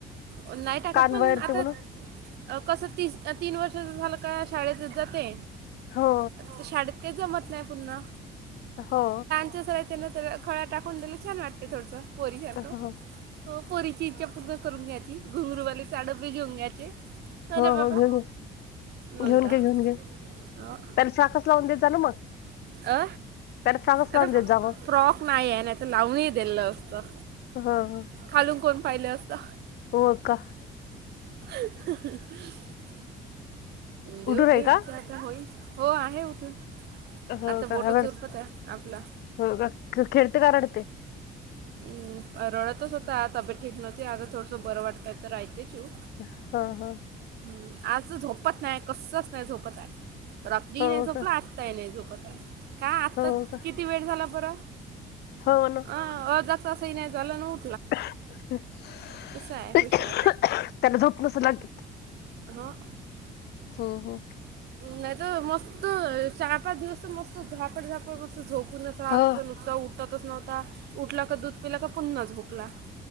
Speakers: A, on the right; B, on the left.
A: अ नाही टाकत
B: कान
A: पण
B: वळते
A: आता
B: म्हणून
A: अ कसं तीस तीन वर्षाच झालं का शाळेतच जाते.
B: हो
A: आ शाडेत काय जमत नाही पुन्हा.
B: हो.
A: य ना खळा टाकून दिलं छान वाटते थोडसं. पोरीसारखं,,
B: हो हो
A: हो पोरीची इच्छा पूर्ण करून घ्यायची, घुंगरूवाले साडप बी घेऊन घ्यायचे.
B: हो
A: ना बाबा
B: हो घेऊन घे
A: मग
B: घेऊन
A: का
B: घे घेऊन घे,
A: अ
B: त्याला शाखस लावून द्यायचा ना मग.
A: अ,
B: त्याला फ्रॉकच लावून
A: आता
B: देत जा मग
A: फ्रॉक नाही आहे नाहीतर लावूनही दिलं असतं.
B: हा हा.
A: खालून कोण पाहिलं असतं.
B: हो का.
A: <inaudible> देऊ
B: उठून आहे
A: देऊ इच्छा
B: का
A: आता होईल,, हो आहे उठून.
B: हो
A: आता
B: का
A: बोटं
B: रड
A: चुरपत आहे, आपला.
B: हो का ख- खेळते का रडते
A: हम्म रडतच होता तब्येत ठीक नव्हती, आता थोडसं बरं वाटतय तर राहतेय चूप
B: हं हां.
A: हम्म, आज झोपत नाय कसंच नाय झोपत हाय, रात्री हि
B: हो
A: नाही झोपला
B: का
A: आत्ताही नाय झोपत हाय, का आताच
B: हो का
A: किती वेड झाला बरं?
B: हो ना.
A: अं अरधा तासं ही नाय झालं नं ऊ
B: <unintelligible>
A: आहे हुशार
B: त्यांला झोप नसल आली.
A: हो.
B: हो हो
A: नाही तर मस्त चार पाच दिवस तर मस्त झापड झापड मस्त झोपूनच रात्रीचा
B: हो
A: नुसता उठतच नव्हता. उठला का दूध पिला का पुन्हाच झोपला.